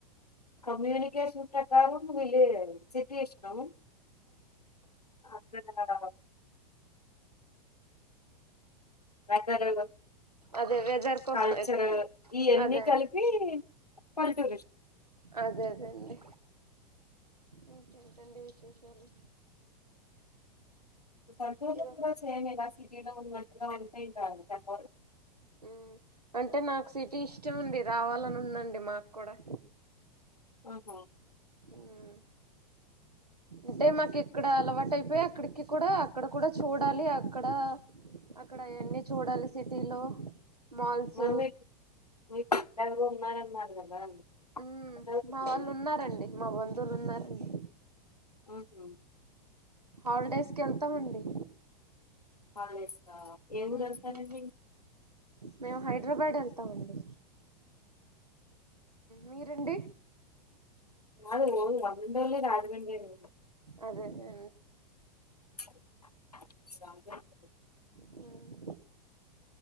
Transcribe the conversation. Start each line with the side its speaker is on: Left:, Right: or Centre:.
Left: కమ్యూనికేషన్ ప్రకారం వీళ్ళ సిటీ ఇష్టం అద్దె కెనడాలో వెదరు
Right: అదే వెదర్ కోసం
Left: కల్చర్
Right: అయితే
Left: ఇవన్నీ
Right: అదే అదే
Left: కలిపి పంటురిస్ట్
Right: అదే అదే అండి ఇంకేంటండి విశేషాలు
Left: సొంతూలో
Right: ఇరో
Left: కూడా సేమ్ ఇలా సిటీలో ఉన్నట్టుగా ఉంటే ఇం కాదు తప్ప
Right: ఉమ్ అంటే నాకు సిటీ ఇష్టం అండి రావాలని ఉన్ ఉందండి మాకు కూడా
Left: ఆహా
Right: ఉమ్ అంటే మాకు ఇక్కడ అలవాటు అయిపోయా ఇక్కడికి కూడా అక్కడ కూడా చూడ్ చాలి అక్కడ అక్కడ ఆయన్ని చూడాలి సిటీలో మాల్స్
Left: మమ్మీ మీ పిల్లలు కూడా ఉన్నారు అన్నారు కదా
Right: ఉ
Left: ఎటవుతుంది
Right: మా వాళ్ళు ఉన్నారండి మా బంధువులు ఉన్నారండి
Left: ఆహా
Right: హాలిడేస్కి వెళ్తామండి
Left: హాలిడేస్కా ఏ
Right: మ్మ్
Left: ఊరు వెళ్తారండి
Right: హ్మ్ మేము హైదరాబాద్ వెళ్తామండి మీరండి
Left: అది ఓన్ వండర్లి రాజమండ్రి వెళ్తాం
Right: అదే అదే
Left: <unintelligible>
Right: మ్మ్